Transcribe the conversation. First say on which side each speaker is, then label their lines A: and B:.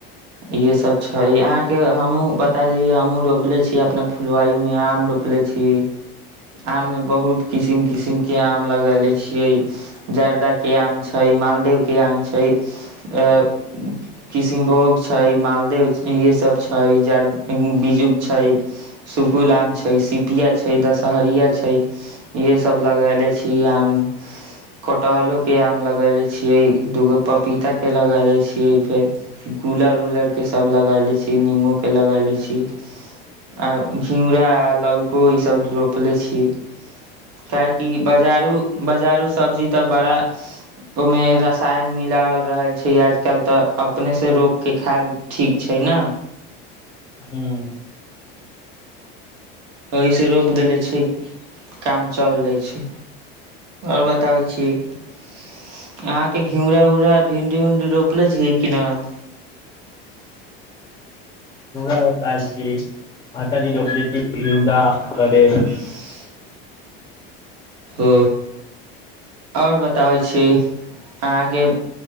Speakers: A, on the right; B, on the left.
A: इहे सब छै अहाँ के हमहुँ बता दी हमहूँ रोपले छियै अपना फुलवारी मे आम रोप रोपले छी आम मे बहुत किसिम किसिम के आम लगेले छियै जड़दा के आम छै मालदह के आम छै आ किष्नभोग छै मा देव य सब छै जड़ बीजुक छै सुकुल आम छै सिपिया छै छै दशहरिया छै इएहे सब लगैले छी आम कटहलो के हम लगैले छियै दूगो पपीता के लगैले छियै फेर गुलर उलर के सब लगैले छी निमोके लगैले छियै आ घिउरा लौको इसभ रोपले छी काहेकि बाजारू बाजारू सब्जी तऽ बड़ा ओहिमे रसायन मिलावल रहल छै आजकल तऽ अपने से रोप के खायल ठीक छै ने न
B: हँ
A: ओहीसँ रोपि देले छियै काम चल जाइ छै और बताबै छियै अहांके घिउरा उड़ा भिंडी उंडी रोपले छियै कि न <inaudible>
B: रोपाएल छियै मातााजी रोपले छियै घिउरा करेल
A: <unintelligible> ओ और बताबै छी अहाँके